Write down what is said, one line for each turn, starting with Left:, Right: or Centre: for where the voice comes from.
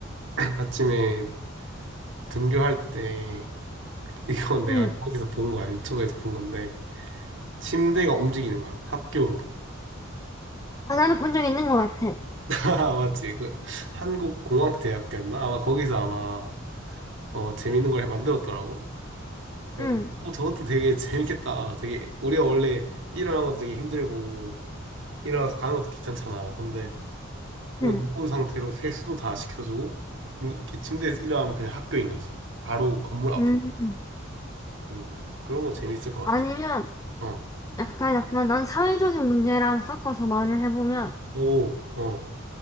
Right: <laughs> 아침에 등교할 때 <laughs> 이건 내가
Left: 응,
Right: 어디서 본 거야. 유튜브에서 본 건데 침대가 움직이는 거야. 학교로.
Left: 아, 나도 본 적 있는 것 같아.
Right: <laughs> 맞지? 그 한국공학대학교였나? 아마 거기서 아마 어, 재밌는 걸 만들었더라고. 그래서
Left: 응,
Right: 어 저것도 되게 재밌겠다. 되게 우리가 원래 일어나는 것도 되게 힘들고 일어나서 가는 것도 귀찮잖아. 근데 그건
Left: 응,
Right: 누운 상태로 세수도 다 시켜주고 누, 이렇게 침대에서 일어나면 그냥 학교인 거지. 바로 건물 앞인.
Left: 응,
Right: 거지.
Left: 응.
Right: 음 그런 거 재밌을 것
Left: 아니면,
Right: 같아. 어.
Left: 약간, 약간, 난 사회적인 문제랑 섞어서 말을 해보면,
Right: 오. 어.